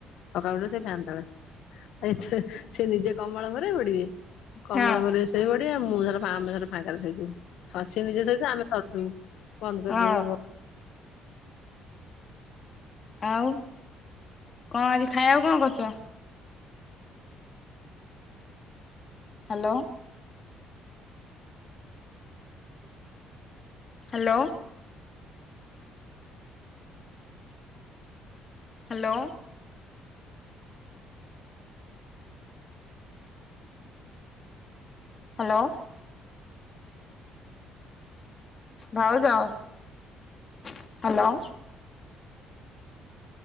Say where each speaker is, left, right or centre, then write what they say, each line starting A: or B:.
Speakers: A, on the left; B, on the left.
A: ସକାଳୁୁ ସେ ଫ୍ୟାନ ତଳେ। ସେ ନିଜେ କମଳ ଘୋଡେଇପଡିବେ କମଳ
B: ହଁ
A: ଘୋଡେଇ ଶୋଇ ପଡିବେମୁଁଧର ଆମେ ଧରର୍ଫାଙ୍କାରେ ଶୋଇଥିବୁ। ସସି ନିଜେ ଶୋଉଥିବେଆମେ ସିବୁ ବନ୍ଦ କରିଦେ
B: ହଁ
A: <unintelligible>
B: ଆଉ କଣ ଆଜି ଖାଇବାକୁ କଣ କରୁଛ? ହ୍ୟାଲୋ। ହ୍ୟାଲୋ। ହ୍ୟାଲୋ। ହ୍ୟାଲୋ। ଭାଉଜ hello.